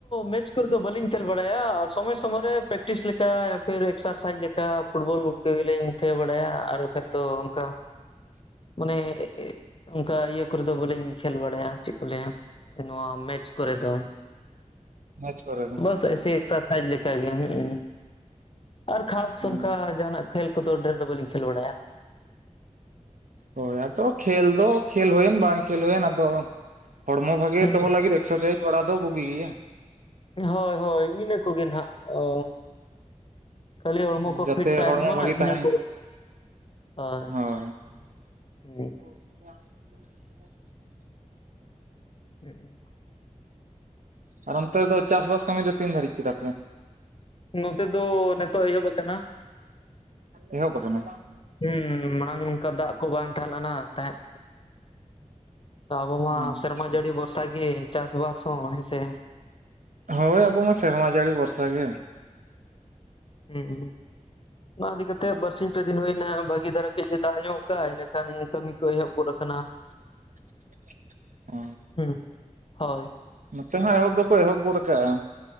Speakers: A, on the left; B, on the right.
A: ᱢᱮᱪ ᱠᱚᱨᱮ ᱫᱚ ᱵᱟᱹᱞᱤᱧ ᱠᱷᱮᱞ ᱵᱟᱲᱟᱭᱟ ᱥᱚᱢᱚᱭ ᱥᱚᱢᱚᱭ ᱨᱮ ᱯᱮᱠᱴᱤᱥ ᱞᱮᱠᱟ ᱯᱷᱮᱨ ᱮᱠᱥᱟᱨᱥᱟᱭᱤᱡᱽ ᱞᱮᱠᱟ ᱯᱷᱩᱴᱵᱚᱞ ᱠᱚᱜᱮᱞᱤᱧ ᱛᱷᱟᱹᱭᱟᱹ ᱵᱟᱲᱟᱭᱟ ᱟᱨ ᱵᱟᱠᱷᱟᱡ ᱫᱚ ᱚᱱᱠᱟ
B: <inaudible>
A: ᱢᱟᱱᱮ ᱮ-ᱮ ᱚᱱᱠᱟ ᱤᱭᱟᱹ ᱠᱚᱨᱮ ᱫᱚ ᱵᱟᱹᱞᱤᱧ ᱠᱷᱮᱞ ᱵᱟᱲᱟᱭᱟ ᱪᱮᱫ ᱠᱚ ᱞᱟᱹᱭᱟ ᱱᱚᱣᱟ ᱢᱮᱪ ᱠᱚᱨᱮ ᱫᱚ
B: ᱢᱮᱪ ᱠᱚᱨᱮ ᱫᱚ
A: ᱵᱟᱥ ᱮᱥᱮ ᱮᱠᱥᱟᱨ ᱥᱟᱭᱤᱡᱽ ᱞᱮᱠᱟᱜ ᱜᱮ ᱦᱩᱸ ᱩᱸ ᱟᱨ ᱠᱷᱟᱥ
B: ᱦᱩᱸ
A: ᱚᱱᱠᱟ ᱡᱟᱦᱟᱱᱟᱜ ᱠᱷᱮᱞ ᱠᱚᱫᱚ ᱰᱷᱮᱨ ᱫᱚ ᱵᱟᱹᱞᱤᱧ ᱠᱷᱮᱞ ᱵᱟᱲᱟᱭᱟ
B: ᱦᱳᱭ ᱟᱫᱚ ᱠᱷᱮᱞ ᱫᱚ ᱠᱷᱮᱞ ᱦᱳᱭᱮᱱ ᱵᱟᱝ ᱠᱷᱮᱞ ᱦᱳᱭᱮᱱ ᱟᱫᱚ ᱦᱚᱲᱢᱚ ᱵᱷᱟᱜᱮ
A: ᱦᱩᱸ
B: ᱫᱚᱦᱚ ᱞᱟᱹᱜᱤᱫ ᱮᱠᱥᱟᱥᱟᱭᱤᱡ ᱵᱟᱲᱟ ᱫᱚ ᱵᱩᱜᱤ ᱜᱮᱭᱟ
A: ᱦᱚᱭ ᱦᱚᱭ ᱤᱱᱟᱹ ᱠᱚᱜᱮ ᱱᱟᱦᱟᱜ ᱚᱻ ᱠᱷᱟᱹᱞᱤ ᱦᱚᱲᱢᱚ ᱠᱚ
B: ᱡᱟᱛᱮ
A: ᱯᱷᱤᱴ ᱛᱟᱦᱮᱱ
B: ᱦᱚᱲᱢᱚ
A: ᱢᱟ
B: ᱵᱷᱟᱜᱤ
A: ᱤᱱᱟᱹ
B: ᱛᱟᱦᱮᱱ
A: ᱠᱚ
B: ᱢᱟ᱾
A: ᱦᱚᱭ
B: ᱦᱳᱭ
A: ᱦᱩᱸ
B: <inaudible>
A: ᱦᱩᱸᱜ ᱩ
B: ᱟᱨ ᱚᱱᱛᱮ ᱫᱚ ᱪᱟᱥ ᱵᱟᱥ ᱠᱟᱹᱢᱤ ᱫᱚ ᱛᱤᱱ ᱫᱷᱟᱹᱨᱤᱡ ᱠᱮᱫᱟ ᱯᱮ
A: ᱱᱚᱛᱮ ᱫᱚ ᱱᱤᱛᱚᱜ ᱮᱦᱚᱵ ᱠᱟᱱᱟ᱾
B: ᱮᱦᱚᱵ ᱠᱟᱱᱟ
A: ᱦᱩᱸ ᱢᱟᱲᱟᱝ ᱚᱱᱠᱟ ᱫᱟᱜ ᱠᱚ ᱵᱟᱝ ᱛᱟᱦᱮ ᱞᱮᱱᱟ ᱛᱟᱦᱮᱸᱫ ᱛᱚ ᱟᱵᱚ
B: ᱟᱪᱪᱷᱟ
A: ᱢᱟ ᱥᱮᱨᱢᱟ ᱡᱟᱹᱲᱤ ᱵᱷᱚᱨ ᱵᱷᱚᱨᱥᱟᱜᱮ ᱪᱟᱥ ᱵᱟᱥ ᱦᱚᱸ ᱦᱸ, ᱻ ᱥᱮ᱾
B: ᱦᱳᱭ ᱟᱵᱚ ᱢᱟ ᱥᱮᱨᱢᱟ ᱡᱟᱹᱲᱤ ᱵᱷᱚᱨᱥᱟ ᱜᱮ᱾
A: ᱦᱩᱸᱻ ᱩᱸᱻ᱾ ᱚᱱᱟ ᱤᱫᱤ ᱠᱟᱛᱮᱫ ᱵᱟᱨᱥᱤᱧ ᱯᱮ ᱫᱤᱱ ᱦᱩᱭᱱᱟ, ᱵᱷᱟᱹᱜᱤ ᱫᱷᱟᱨᱟ ᱠᱟᱹᱡ ᱮ ᱫᱟᱜ ᱧᱚᱜ ᱠᱟᱜ-ᱟ᱾ ᱤᱱᱟᱹ ᱠᱷᱟᱱ ᱠᱟᱹᱢᱤ ᱠᱚ ᱮᱦᱚᱵ ᱜᱚᱫ ᱠᱟᱱᱟ
B: <inaudible> ᱚ
A: ᱦᱩᱸᱻ ᱦᱳᱭᱻ᱾
B: ᱱᱚᱛᱮ ᱦᱚᱸ ᱮᱦᱚᱵ ᱫᱚᱠᱚ ᱮᱦᱚᱵ ᱜᱚᱫ ᱠᱟᱜ-ᱟ᱾